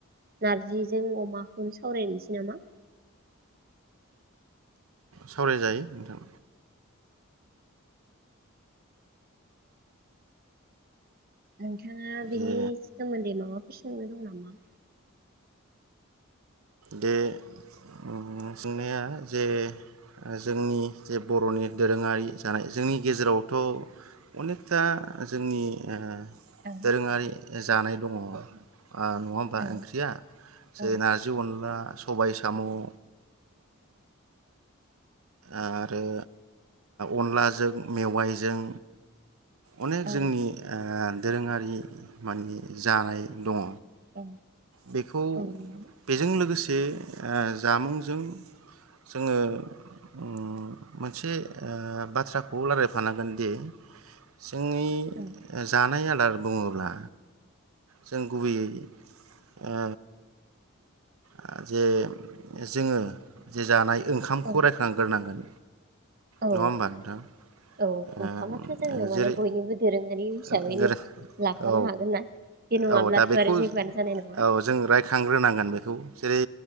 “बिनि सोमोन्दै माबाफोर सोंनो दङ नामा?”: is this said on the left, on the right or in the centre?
Right